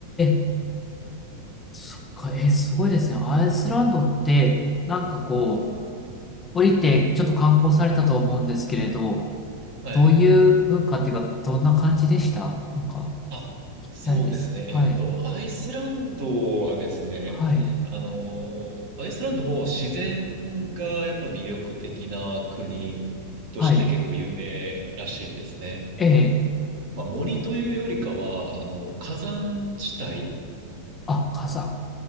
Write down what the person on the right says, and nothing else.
はい。
あ、
そうですね。
えっと、アイスランドはですね、
あの、アイスランドも自然がやっぱ魅力的な国として結構有名らしいんですね。
まあ、森というよりかは、あの、火山地帯。